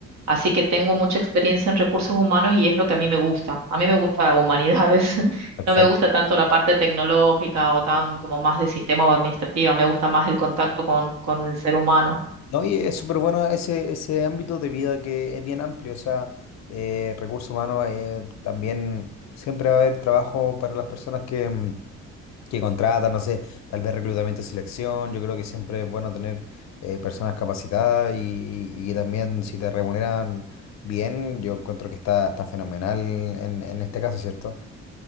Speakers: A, on the right; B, on the left.
A: Así que tengo mucha experiencia en recursos humanos y es lo que a mí me gusta. A mí me gusta humanidades.
B: perfecto.
A: No me gusta tanto la parte tecnológica o tan como más de sistema o administrativa, me gusta más el contacto con, con el ser humano.
B: No, y es súper bueno ese, ese ámbito de vida que es bien amplio, o sea, eh, recursos humanos, eh, también siempre va a haber trabajo para las personas que, mm, que contrata, no sé, tal vez reclutamiento y selección. Yo creo que siempre es bueno tener eh, personas capacitadas y, y- y también si te remuneran bien, yo encuentro que está, está fenomenal en, en este caso, ¿cierto?